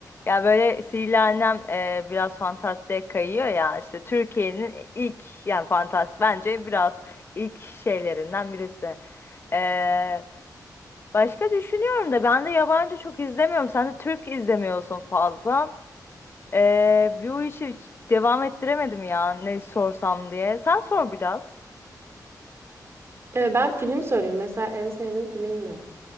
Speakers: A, on the left; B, on the right.
A: Ya böyle Sihirli Annem e, biraz fantastiğe kayıyor ya. İşte Türkiye'nin ilk yani fantast bence biraz ilk şeylerinden birisi. E, başka düşünüyorum da ben de yabancı çok izlemiyorum. Sen de Türk izlemiyorsun fazla. E, bu işi hiç devam ettiremedim ya ne sorsam diye. Sen sor biraz.
B: Ee, ben film sorayım mesela en sevdiğim film ne?